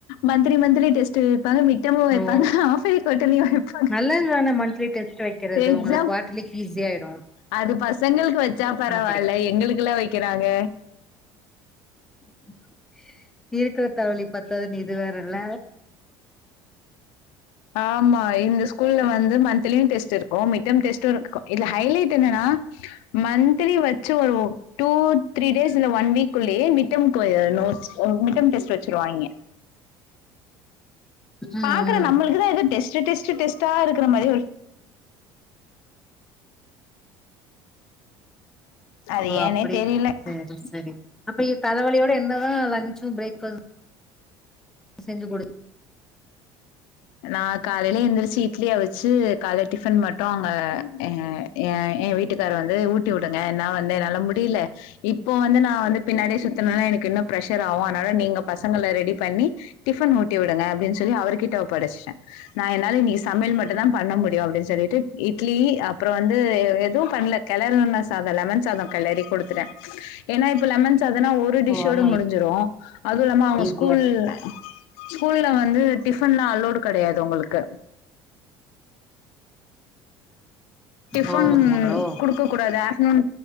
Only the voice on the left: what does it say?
monthly monthly test வைப்பாங்கமும் வைப்பாங்க
ஆப் பெலி வைப்பாங்க
எக்ஸாம்
அது ப செங்கல்பட் ச்சா
பரவாயில்ல
எங்களுக்கு எல்லாம் வைக்கிறாங்க
ஆமா இந்த ஸ்கூல்ல வந்து மந்த்லியும் டெஸ்ட் இருக்கும் மீட் மிடம்டெஸ்ட் இருக்கும் இதுல ஹைலைட் என்னன்னா மந்த்லி வச்ச two three days one week இல்லையே மிட்டம் நோட்ஸ் டெஸ்ட் வச்சருவாங்க
பாக்குற நம்மளுக்குதா
எதோ டெஸ்ட்டு டெஸ்ட்டு டெஸ்ட்டா இருக்குற மாரி ஒரு <inaudible> அது
ஏன்னே
தெரியல.
நா காலைல எந்திரிச்சு இட்லி அவிச்சு கால டிஃபன் மட்டு அங்க எ எ எங்க வீட்டுக்கார வந்து ஊட்டி விடுங்க ஏன்னா வந்து என்னால முடியல இ ப்போ வந்து நா வந்து பின்னாடியே சுத்துனனா எனக்கு இன்னு பிரெஷர் ஆவு அத னால நீங்க பசங்கள ரெடி பண்ணி டிஃபன் ஊட்டி விடுங்க அப்டின்னு சொல்லி அவர்கிட்ட ஒப்படைச்சுட்டே நா என்னால இனி சமையல் மட்டுந்தா பண்ண முடியு அப்டின் சொல்லிட்டு இட்லி அப்புறோ வந்து அ எதுவு பண்ல கெளறுன சாதோ லெமன் சாதோ கெளறி குடுத்துட்டே ஏன்னா இப்ப லெமன் சாதோன்னா ஒரு டிஷ்ஷோட
முடிஞ்சிரு அது இல்லாம அவங்க
ஸ்கூல் ஸ்கூல்ல வந்து டிஃபன்லா அலோடு கெடையாது அவுங்களுக்கு டிஃபன்
குடுக்கக் கூடாது ஆ ஃப்டர்நூன்